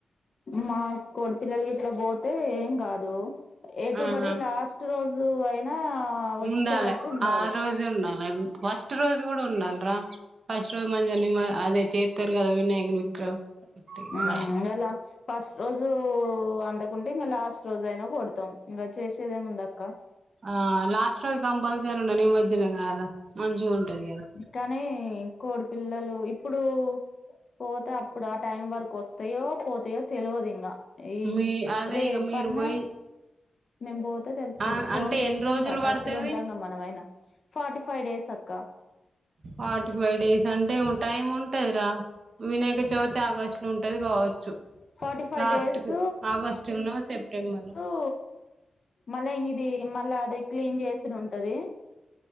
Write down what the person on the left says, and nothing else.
మా కోడిపిల్లలకి గిట్లా పోతే ఏం కాదు ఎటు
బడి లాస్ట్ రోజు అయినా వచ్చేటట్టు
ఉండాలి
మ్మ్
ఎలా ఫస్ట్ రోజు అందకుంటే ఇంగ లాస్ట్ రోజు అయినా కొడతాం ఇంగ చేసేదేముందక్క
కానీ కోడి పిల్లలు ఇప్పుడు పోతే అప్పుడు ఆ టైం వరకు వస్తయో పోతయో తెలువదు ఇంగ ఈ
రేపన్న
మేమ్ పోతే తెలుత్తది
ఫోన్
చేస్తాంగా
టచ్
లో ఉంటంగా మనమైనా ఫార్టీ ఫైవ్ డేస్ అక్క
ఫార్టీ ఫైవ్
డేస్
ఓ మళ్ళా ఇది మళ్ళా అది క్లీన్ చేసుడు ఉంటది